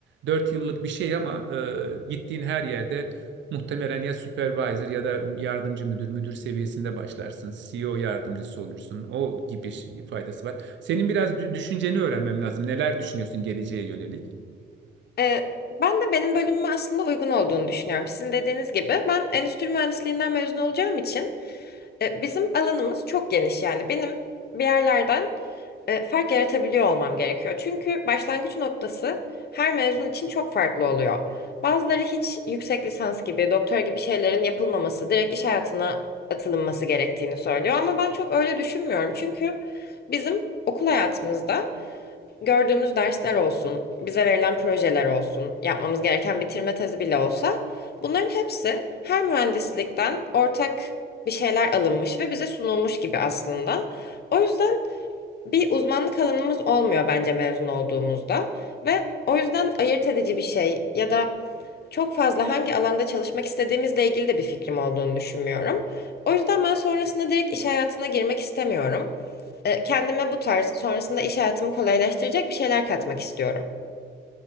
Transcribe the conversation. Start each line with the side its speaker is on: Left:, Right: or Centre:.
Right: 4 yıllık bir şey ama e, gittiğin her yerde Muhtemelen ya supervisor ya da yardımcı müdür, müdür seviyesinde başlarsın. CEO yardımcısı olursun. O gibi şey- faydası var. Senin biraz dü- düşünceni öğrenmem lazım. Neler düşünüyorsun geleceğe yönelik?
Left: Ee, ben de benim bölümüme aslında uygun olduğunu düşünüyorum. Sizin dediğiniz gibi ben endüstri mühendisliğinden mezun olacağım için E, Bizim alanımız çok geniş yani. Benim bir yerlerden e, fark yaratabiliyor olmam gerekiyor. Çünkü başlangıç noktası her mezun için çok farklı oluyor. Bazıları hiç yüksek lisans gibi, doktora gibi şeylerin yapılmaması, direkt iş hayatına atılınması gerektiğini söylüyor. Ama ben çok öyle düşünmüyorum. Çünkü bizim okul hayatımızda gördüğümüz dersler olsun, bize verilen projeler olsun, yapmamız gereken bitirme tezi bile olsa bunların hepsi her mühendislikten ortak bir şeyler alınmış ve bize sunulmuş gibi aslında. O yüzden bir uzmanlık alanımız olmuyor bence mezun olduğumuzda ve o yüzden ayırt edici bir şey ya da çok fazla hangi alanda çalışmak istediğimizle ilgili de bir fikrim olduğunu düşünmüyorum. O yüzden ben sonrasında direkt iş hayatına girmek istemiyorum. E, kendime bu tarz sonrasında iş hayatımı kolaylaştıracak bir şeyler katmak istiyorum.